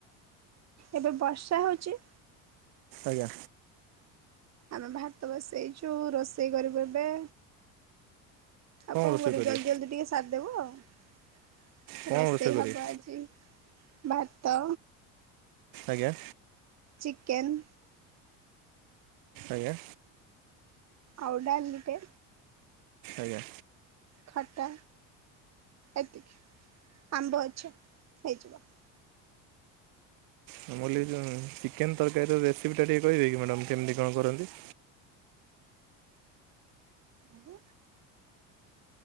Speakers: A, on the right; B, on the right.
A: ଏବେ ବର୍ଷା ହଉଚି।
B: ଆଜ୍ଞା।
A: ଆମେ ଭାତ ବସେଇଚୁ ରୋଷେଇ କରିବୁ ଏବେ। ଆଉ କଣ
B: ରୋଷେଇ
A: କରିବି
B: କରିବେ
A: ଜଲ୍ଦି ଜଲ୍ଦି ଟିକେ ସାର୍ଦବୁ ଆଉ।
B: କ'ଣ
A: ରୋଷେଇ
B: କରିବେ
A: ହବ ଆଜି ଭାତ
B: ଆଜ୍ଞା।
A: ଚିକେନ୍।
B: ଆଜ୍ଞା।
A: ଆଉ ଡ଼ାଲିଟେ।
B: ଆଜ୍ଞା।
A: ଖଟା ଏତିକି ଆମ୍ବ ଅଛି ହେଇଯିବ।
B: ମୁକହିଲି ଯୋଉ ଚିକେନ୍ ତର୍କାରୀର ରେସିପିଟା ଟିକେ କହିବେକି ମ୍ୟାଡ଼ାମ୍ କେମିତି କଣ କରନ୍ତି?
A: ଆଗେ